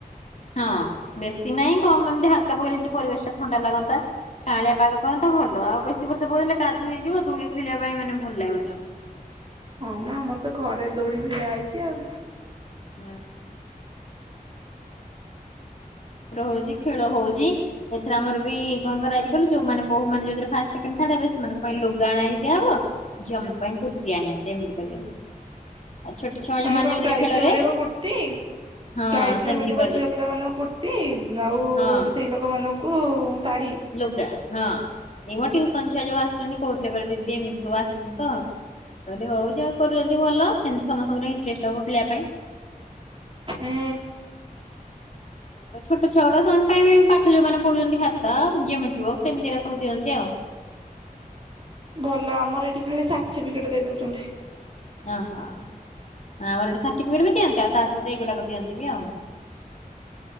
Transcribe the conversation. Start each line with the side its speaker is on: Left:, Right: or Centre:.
Left: ହଁ ବେଶୀ ନାଇଁ କମ ଏମିତି ହାତପକେଇଲେ ଯେମିତି ପରିବେଶ ଟା ଥଣ୍ଡା ଲାଗନ୍ତା। କାଉଳିଆ ପାଗ କରନ୍ତା ଭଲ ଆଉ ବେଶୀ ବର୍ଷା ପକେଇଲେ କାଦୁଅ ହେଇଯିବ ଦୂଳି ଖେଳିବା ପାଇଁ ମାନେ ଭଲ ଲାଗିବନି ଆଉ।
Right: ହଁ ମ ଆମ ର ତ ଘରେ ଦୌଡି ଭିଡା ହେଇଛି ଆଉ।
Left: <unintelligible> ଓହୋ ଖେଳ ହଉଛି। ଏଥିରେ ଆମର ବି କଣ କରଇ କ ଯୋଉମାନେେ ବୋ ମାନେ ଯଉରେ ଫାଷ୍ଟ ସେକଣ୍ଡ ଥାର୍ଡ ହେବେ ସେମାନଙ୍କ ପାଇଁ ଲଗା ଆଣ ହେଇ ଦିଆ ହବ ଝିଅମାନାନଙ୍କ ପାଇଁ କୁର୍ତ୍ତି ଆଣିଅନ୍ତି ଏମିତି କରିନ୍ତି।
Right: <inaudible>
Left: ଆ ଛୋଟ ଛୁଆ
Right: ମାନେ କଣ ପ୍ରାଇଜ
Left: ଖେଳରେ
Right: ମିଳିବ କୁର୍ତି
Left: ହଁ
Right: ପ୍ରାଇଜରେ
Left: ସେମିତି
Right: ମିଳିବ
Left: କରିଛନ୍ତି
Right: ଝିଅ ପିଲା ମାନଙ୍କୁ କୁର୍ତ୍ତି ଆଉ
Left: ହଁ।
Right: ସ୍ତ୍ରୀ ଲୋକମାନ କୁ ଶାଢ଼ୀ।
Left: ଲୁଗା ହଁ ଏ ମୋ ଟିଉସନ ଛୁଆ ଯୁ ଆସୁଛନ୍ତି କହୁଥିଲେ କରେ ଦିଦି ଏମିତି ସବୁ ଆସିଛି ତ। ହଁ କହିଲେ ହଉ ଯାହା କରୁଛନ୍ତି ଭଲ ସେମିତି ସମସ୍ତଙ୍କର ଇଣ୍ଟରେଷ୍ଟ ହବ ଖେଳିବା ପାଇଁ।
Right: ଏଁ।
Left: ଯୋ ଛୋଟ ଛୁଆ ଗୁଡା ସେମାନେ ପାଇଁ ପାଠ ଯୋଉମାନେ ପଢୁଛନ୍ତି ଖାତା ଯୋମେଟ୍ରୀ ବକ୍ସ ଏମିତିରେ ସବୁ ଦିଅନ୍ତି ଆଉ।
Right: ଭଲ ଆମର ଏଇଠି ଖାଲି ସାର୍ଟିଫିକେଟ୍ ଦେଇଦଉଛନ୍ତି।
Left: ଓହୋ ଆମର ଗୋଟେ ସାର୍ଟିଫିକେଟ ବି ଦିଅନ୍ତି ଆଉ ତା ସହିତ ଏଇଗୁଡାକ ଦିଅନ୍ତି ବି ଆଉ।